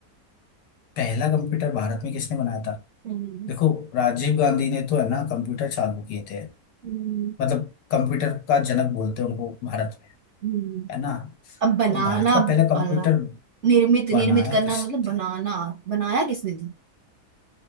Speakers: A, on the left (about 80°); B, on the right (about 65°).
A: पहला कंप्यूटर भारत में किसने बनाया था
B: हम्म,
A: देखो राजीव गांधी ने तो है ना कंप्यूटर चालू किए थे
B: हम्म,
A: मतलब कंप्यूटर का जनक बोलते हैं उनको भारत में
B: हम्म।
A: है ना
B: अब बनाना
A: और भारत का पहला कंप्यूटर
B: वाला निर्मित
A: बनाया
B: निर्मित करना
A: किसने
B: मतलब बनाना
A: था
B: बनाया किसने था